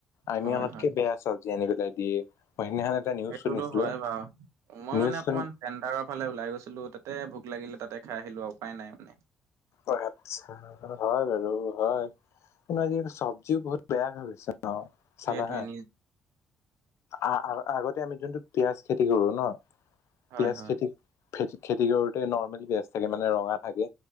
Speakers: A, on the left; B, on the right.
A: আমি
B: হয়
A: অনাতকে
B: হয়
A: বেয়া চবজি আনে পেলাই দিয়ে মই সেইদিনাখন এটা নিউজ
B: সেইটোতো
A: শুনিছিলো।
B: হয় বাৰু মই
A: নিউজ
B: মানে অকণমান
A: শুনি
B: টেণ্ডাৰৰ ফালে ওলাই গৈছিলো ত তাতে ভোক লাগিলে, তাতে খাই আহিলোঁ আৰু, ‌ উপায় নাই মানে।
A: অ' হাচ্ছা! হয় বাৰু হয়, উম আজিকালি চব্জিও বহুত বেয়া হৈ গৈছে। অঁ চাবা
B: সেইটোৱে
A: হা।
B: নি
A: আ! আ! আগতে আমি যোনটো পিয়াজ খেতি কৰোঁ ন,
B: হয়
A: পিয়াজ
B: হয়
A: খেতি। খেতি, খেতি কৰোতে নৰ্মেলি বেজ থাকে মানে ৰঙা থাকে।